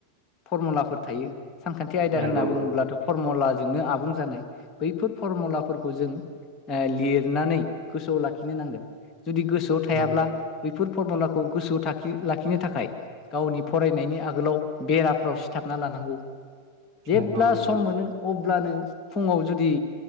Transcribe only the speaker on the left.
फरमुलाफोर थायो सानखान्थि आयदा
होनना बुङोब्लाथ' फरमुलाजोंनो आबुं जानाय बैफोर फरमुलाफोरखौ जों ओ लिरनानै गोसोआव लाखिनो नांगोन जुदि गोसोआव थायाब्ला
बै फोर फरमुलाखौ गोसोआव थाखि लाखिनो थाखाय गावनि फरायनायनि आगोलाव बेराफ्राव सिथाबना लानांगौ जेब्ला
सम मोनो अब्लानो फुङाव जुदि